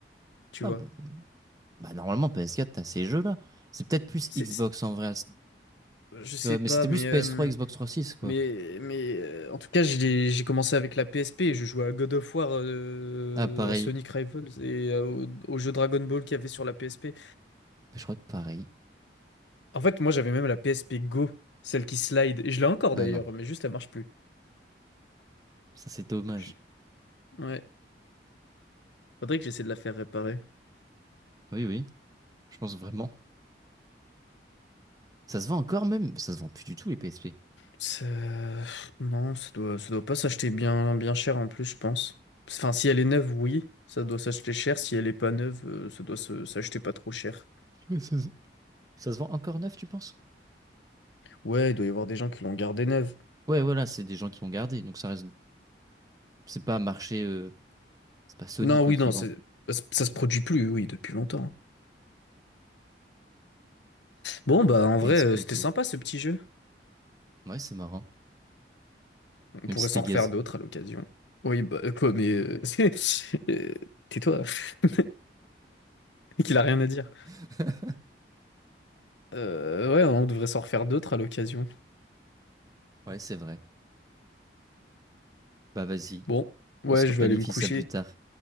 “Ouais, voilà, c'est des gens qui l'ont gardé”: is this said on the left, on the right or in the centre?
Right